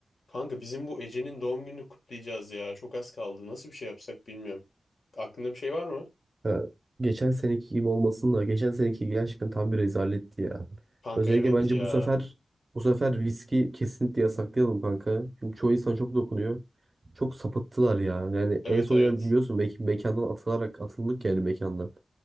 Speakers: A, on the left; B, on the right.
A: Kanka bizim bu Ece'nin doğum gününü kutlayacağız ya. Çok az kaldı. Nasıl bir şey yapsak bilmiyorum. Aklında bir şey var mı?
B: Ha, geçen seneki gibi olmasın da geçen seneki gerçekten tam bir rezaletti ya.
A: Kanka
B: Özellikle
A: evet
B: bence
A: ya.
B: bu sefer bu sefer viski kesinlikle yasaklayalım kanka. Çünkü çoğu insan çok dokunuyor. Çok sapıttılar ya. Yani
A: Evet
B: en son
A: evet.
B: yani biliyorsun mek- mekandan atılarak atıldık yani mekandan.